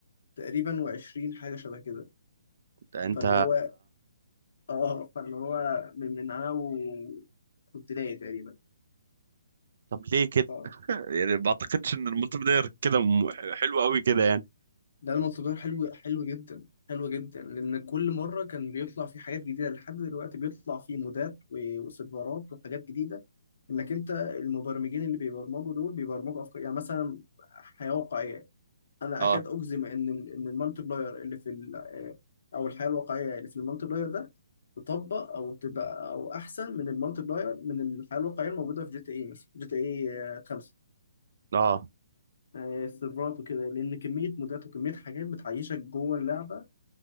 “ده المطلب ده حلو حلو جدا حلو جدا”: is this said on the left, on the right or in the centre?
Left